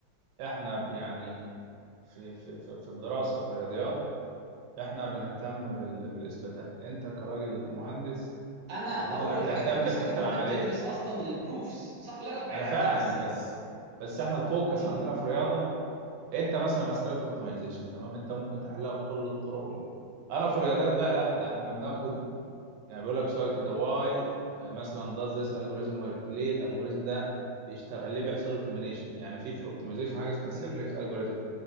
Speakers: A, on the right (about 80°); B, on the right (about 55°).
A: احنا ب- يعني في في في في الدراسه في الرياضيات احنا بنهتم بال... بالاثباتات انت كراجل مهندس
B: انا اول
A: المفروض انك تهتم
B: حاجه في الديسكريت
A: بالحته
B: انت
A: العمليه
B: بتدرس اصلا البروفس صح لا لا بعيد
A: انا
B: عن
A: فاهم
B: ده بس انا
A: بس بس احنا الفوكس
B: امم
A: عندنا في رياضه انت مثلا مساله اوبتمايزيشن تمام انت ممكن تحلها بكل الطرق وال... انا في رياضيات بقى لا ده احنا بناخد يعني بيقول لك سؤال كده واي مثلا does this algorithm work ليه الالجوريزم ده بيشتغل ليه بيحصل له termination يعني في في الاوبتمايزيشن حاجه اسمها السمبلكس
B: امم
A: الجوريزم